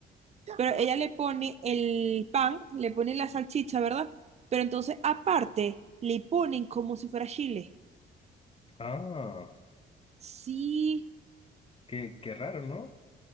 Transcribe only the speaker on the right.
pero ella le pone el pan, le pone la salchicha, ¿verdad? Pero entonces aparte le ponen como si fuera chile.
Sí,